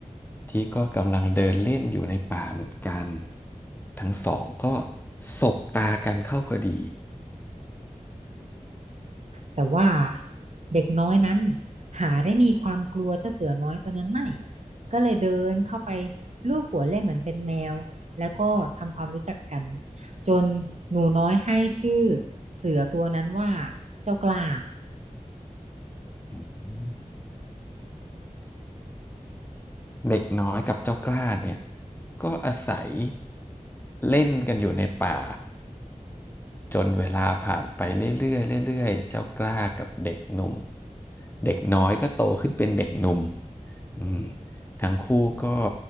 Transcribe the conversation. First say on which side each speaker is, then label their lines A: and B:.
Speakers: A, on the left; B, on the right.
A: ที่ก็กำลังเดินเล่นอยู่ในป่าเหมือนกัน ทั้งสองก็สบตากันเข้าพอดี
B: แต่ว่าเด็กน้อยนั้นหาได้มีความกลัวเจ้าเสือน้อยตัวนั้นไม่ก็เลยเดินเข้าไปลูบหัวเล่นเหมือนเป็นแมวแล้วก็ทำความรู้จักกันจนหนูน้อยให้ชื่อเสือตัวนั้นว่าเจ้ากล้า
A: อืมเด็กน้อยกับเจ้ากล้าเนี่ยก็อาศัยเล่นกันอยู่ในป่า จนเวลาผ่านไปเรื่อยๆเรื่อยๆเจ้ากล้ากับเด็กหนุ่ม เด็กน้อยก็โตขึ้นเป็นเด็กหนุ่มอืมทั้งคู่ก็